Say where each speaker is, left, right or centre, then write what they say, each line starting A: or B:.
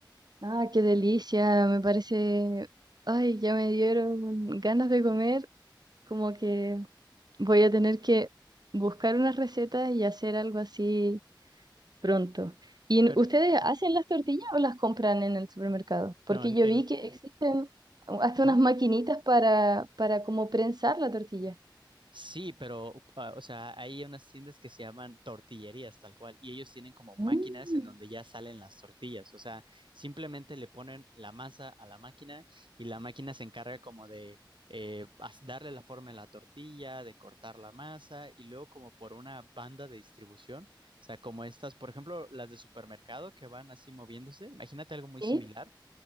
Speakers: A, on the right (about 55°); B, on the right (about 75°).
A: Ah, qué delicia, me parece... Ay, ya me dieron ganas de comer, como que voy a tener que buscar una receta y hacer algo así pronto. ¿Y n-
B: Pero,
A: ustedes hacen las tortillas o las compran en el supermercado? Porque
B: no, en,
A: yo
B: en,
A: vi que existen hasta
B: ajá.
A: unas maquinitas para, para como prensar la tortilla.
B: Sí, pero, uh, ah, o sea, hay unas tiendas que se llaman tortillerías tal cual, y ellos tienen como máquinas
A: Mm.
B: en donde ya salen las tortillas, o sea, simplemente le ponen la masa a la máquina y la máquina se encarga como de eh, as- darle la forma a la tortilla, de cortar la masa y luego como por una banda de distribución, o sea, como estas, por ejemplo, las de supermercado que van así moviéndose, imagínate algo muy similar
A: ¿Sí?